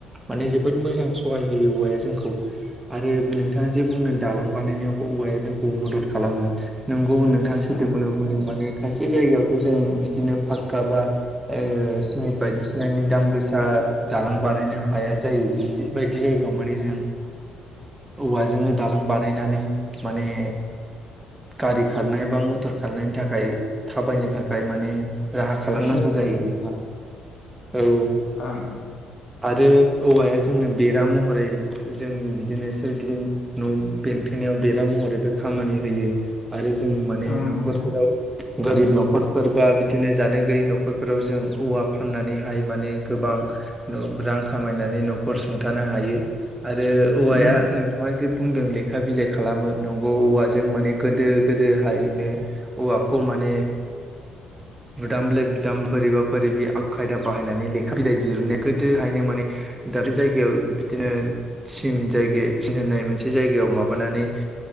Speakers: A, on the right (about 20°); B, on the left (about 50°).
A: माने जोबोद मोजां सहाय होयो औवाया जोंखौ आरो नोंथाङा जे बुंदों दालां बानायनायावबो औवाया जोंखौ मदद खालामो नोंगौ नोंथाङा सैथोखौनो
B: ओं
A: बुंदों माने खायसे जायगायावथ' जों बिदिनो फाक्का बा सिमेन्ट बायदिसिनानि दाम गोसा दालां बानायनो हाया जायो बे बायदि जायगायाव माने जों औवाजोंनो दालां बानायनानै माने गारि खारनाय बा मथर खारनायनि थाखाय थाबायनो थाखाय माने राहा खालामनांगौ
B: एसे
A: जायो नोंथां औ
B: आं
A: आरो औवाया जोंनो बेरा महरै जोंनि बिदिनो सोरगिदिं न' बेंथेनायाव बेरा महरैबो खामानि होयो। आरो जों माने
B: ओं
A: न'खरफोराव
B: नोंथां
A: गोरिब न'खरफोर बा बिदिनो जानो गैयै न'खरफोराव जों औवा फाननानैहाय माने गोबां रां खामायनानै न'खर सुंथानो हायो आरो औवाया
B: उम
A: नोंथाङा जे बुंदों लेखा बिलाइ खालामो नंगौ औवाजों माने गोदो गोदोहायनो औवाखौ माने बुदाम बिलाइ बिुदाम बोरैबा बोरैब आ खायदा बाहायनानै लेखा बिलाइ दिरुननाय गोदोहायनो माने दाखलै जायगायाव बिदिनो थिन जायगायाव थिन होननाय मोनसे जायगायाव माबानानै